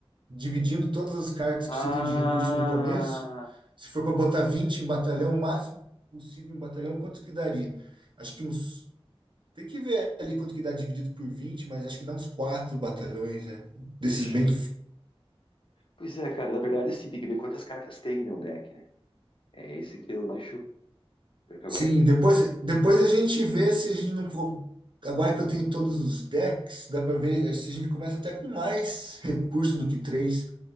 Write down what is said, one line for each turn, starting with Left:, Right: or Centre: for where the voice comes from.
Right: dividindo todas as cartas
Left: Ah,
Right: que você tem de recurso no começo, se for para botar 20 em batalhão, o máximo possível em batalhão, quanto que daria? Acho que uns. Tem que ver ali quanto que dá dividido por 20, mas acho que dá uns 4 batalhões, né? Desses
Left: deixa.
Right: bem.
Left: Pois é, cara, na verdade assim, tem que ver quantas cartas tem, né, o deck, né? É esse que eu deixo. Pior que Agora
Right: Sim,
Left: aqui,
Right: depois, depois a gente vê se a gente não. co- Agora que eu tenho todos os decks, dá pra ver eh, se a gente começa até com mais recurso do que três,